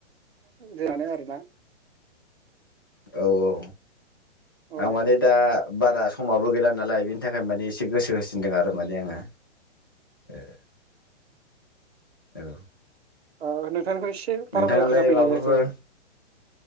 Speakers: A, on the right; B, on the left.
A: जानो आरोना
B: औ औ
A: औ
B: आं माने दा बारा समाबो गैला नालाय बेनि थाखाय माने एसे गोसो होसिनदों आरो माने आङो ए औ
A: औ खौ एसे
B: नोंथाङालाय
A: बारा मोजां खोनाफैनाय
B: माबाफोर
A: जायाखै